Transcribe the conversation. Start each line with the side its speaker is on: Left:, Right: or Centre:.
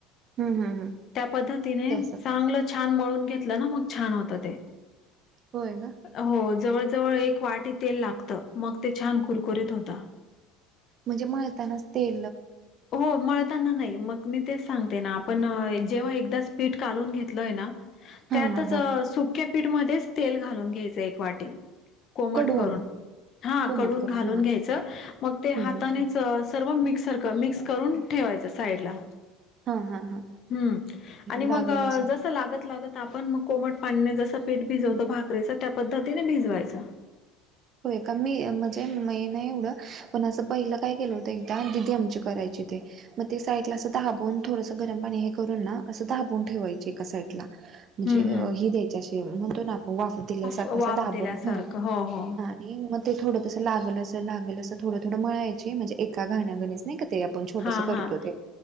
Right: हम्म हम्म हम्म
Left: त्या पद्धतीने
Right: तसं
Left: चांगलं छान मळून घेतला मग छान होत ते
Right: होय ना
Left: हो जे जवळ एक वाटी तेल लागत मग ते छान कुरकुरीत होता
Right: म्हणजे मळतानाच ते
Left: हो मळताना नाही मग मी तेच सांगते ना आपण जेव्हा एकदा स्पीट कालून घेतलय ना
Right: हा
Left: त्यातच
Right: हा हा
Left: सुक्या पीठमध्येच तेल घालून घ्यायचं एक वाटी कोमट
Right: कडवून
Left: करून हा
Right: कोमट
Left: कडून
Right: करून
Left: घालून
Right: हा
Left: घ्यायचं मग
Right: हम्म
Left: ते हातानेच
Right: हम्म
Left: सर्व मिक्सर मिक्स करून ठेवायचं साईड ला
Right: हा हा हा
Left: हम्म आणि मग
Right: लागेल असं
Left: जस लागत लागत आपण मग कोमट पाणीने जस पीठ भिजवतो
Right: हम्म
Left: भाकरीच त्या पद्धतीने भिजवायच
Right: होय का मी म्हणजे म नाही एवढं पण असं पहिलं काय केलं होतं एकदा दिदी आमची करायची मग ते साईड ला असं दाबून थोडस गरम पाणी हे करून ना असं दाबून ठेवायचे एका साईड ला म्हणजे
Left: हं, हं.
Right: हि द्यायच्या म्हणतो ना आपण वाफ दिल्यासारखं
Left: वाफ
Right: अस दाबण
Left: दिल्यासारखं.
Right: हा
Left: हो, हो.
Right: आणि मग ते थोडं तसं लागल असं लागल असं थोडं थोडं म्हळायची म्हणजे एका घाण्या गणीच नाही का ते आपण छोटस
Left: हां,
Right: करतो
Left: हां.
Right: ते